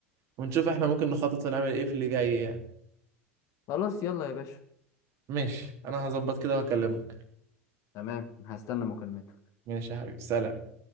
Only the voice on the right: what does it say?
ونشوف احنا ممكن نخطط ونعمل ايه في اللي جاي يعني
ماشي انا هظبط كده واكلمك
ماشي يا حبيبي سلام